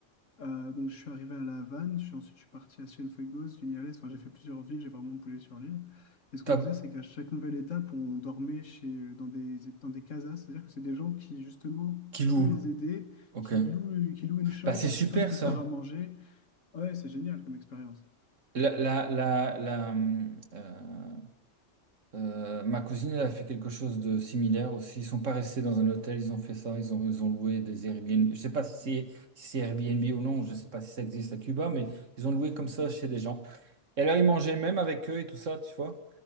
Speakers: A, on the left; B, on the right.
A: Euh, donc je suis arrivé à La Havane, je suis ensuite je suis parti à Cienfuegos, Vignales, enfin j'ai fait plusieurs villes, j'ai vraiment bougé sur l'île. Et ce qu'on
B: t'as-
A: faisait, c'est qu'à chaque nouvelle étape, on dormait chez, dans des, dans des casas, c'est-à-dire que c'est des gens qui justement,
B: qui
A: tu
B: loue.
A: peux les aider,
B: Ok.
A: qui louent, qui louent une chambre,
B: Bah c'est super
A: qui peuvent te
B: ça.
A: faire à manger. Ouais, c'est génial comme expérience.
B: La, la, la, la, hum, euh, Euh, ma cousine, elle a fait quelque chose de similaire aussi. Ils sont pas restés dans un hôtel, ils ont fait ça, ils ont, ils ont loué des Airbnb. Je sais pas si c'est si c'est Airbnb ou non, je sais pas si ça existe à Cuba, mais ils ont loué comme ça chez des gens. Et alors, ils mangeaient même avec eux et tout ça, tu vois,